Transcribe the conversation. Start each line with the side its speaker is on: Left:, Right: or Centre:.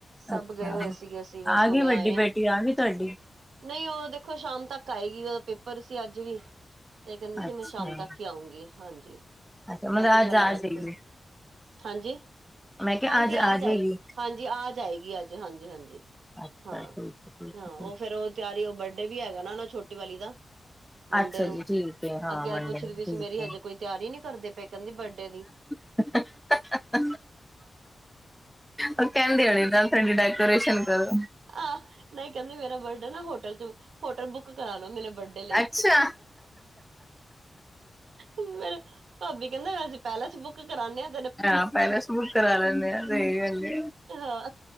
Right: ਸਭ
Centre: ਅੱਛਾ
Right: ਗਏ ਹੋਏ ਸੀਗੇ, ਅਸੀਂ ਬਸ
Centre: ਆ
Right: ਹੁਣੇ
Centre: ਗਈ ਵੱਡੀ
Right: ਆਏ ਹਾਂ।
Centre: ਬੇਟੀ ਆ ਗਈ ਤੁਹਾਡੀ
Right: ਨਹੀਂ ਉਹ ਦੇਖੋ ਸ਼ਾਮ ਤੱਕ ਆਏਗੀ ਉਹਦਾ ਪੇਪਰ ਸੀ ਅੱਜ ਵੀ। ਤੇ ਕੇਂਦੀ ਸੀ
Centre: ਅੱਛਾ
Right: ਮੈਂ ਸ਼ਾਮ ਤੱਕ ਹੀ ਆਊਂਗੀ ਹਾਂਜੀ।
Centre: ਅੱਛਾ ਮਤਲਬ
Right: ਮੈਂ ਕਿਹਾ ਚੱਲ
Centre: ਅੱਜ
Right: ਆ
Centre: ਜਾਏਗੀ
Right: ਜਾਈਂ ਕੋਈ ਹਾਂਜੀ,
Centre: ਮੈਂ ਕਿਹਾ
Right: ਹਾਂਜੀ
Centre: ਅੱਜ
Right: ਆ ਜਾਈ
Centre: ਜਾਏਗੀ
Right: ਹਾਂਜੀ ਆ ਜਾਏਗੀ ਅੱਜ ਹਾਂਜੀ-ਹਾਂਜੀ,
Centre: ਅੱਛਾ
Right: ਹਾਂ-ਹਾਂ
Centre: ਠੀਕ ਠੀਕ
Right: ਉਹ
Centre: ਠੀਕ
Right: ਫੇਰ ਉਹ ਤਿਆਰੀ ਉਹ ਵੱ ਡੇ ਵੀ ਹੈਗਾ ਨਾ ਓਨਾ ਛੋਟੀ ਵਾਲੀ ਦਾ। ਮੰਡੇ
Centre: ਅੱਛਾ
Right: ਨੂੰ,
Centre: ਜੀ ਠੀਕ ਹੈ ਹਾਂ
Right: ਅੱਗੇ
Centre: ਮੰਡੇ
Right: ਅੱਜ ਪੁੱਛਦੀ
Centre: ਨੂੰ
Right: ਪਈ ਸੀ
Centre: ਠੀਕ
Right: ਮੇਰੀ
Centre: ਹੈ
Right: ਹਜੇ ਕੋਈ ਤਿਆਰੀ ਨਹੀਂ ਕਰਦੇ ਪਏ ਕਹਿੰਦੀ ਬਰਡੇ ਦੀ?
Centre: <unintelligible> ਉਹ ਕਹਿੰਦੀ ਹੋਣੀ ਨਾਲ ਥੋੜੀ ਡੈਕੋਰੇਸ਼ਨ ਕਰੋ।
Right: ਆਹ! ਨਹੀਂ ਕਹਿੰਦੀ ਮੇਰਾ ਬਰਡੇ ਨਾ ਹੋਟਲ ਚ' ਹੋਟਲ ਬੁੱਕ ਕਰਾ ਲੋ ਮੇਰੇ ਬਰਡੇ ਲਈ।
Centre: ਅੱਛਾ
Right: ਫੇਰ, ਭਾਬੀ ਕਹਿੰਦੇ ਅਸੀਂ ਪੈਲਸ ਬੁੱਕ ਕਰਾਂਦੇ ਹਾਂ।
Centre: ਅੱਛਾ, ਪੈਲਸ ਬੁੱਕ ਕਰਾ ਲੈਨੇਆ। ਸਹੀ ਕੇਂਦੀ
Right: ਹਾਂ।